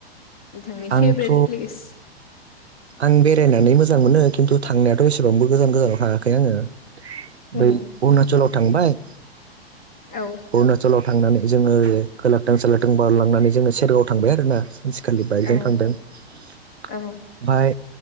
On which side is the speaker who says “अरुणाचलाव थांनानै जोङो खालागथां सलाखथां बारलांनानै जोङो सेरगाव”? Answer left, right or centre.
Right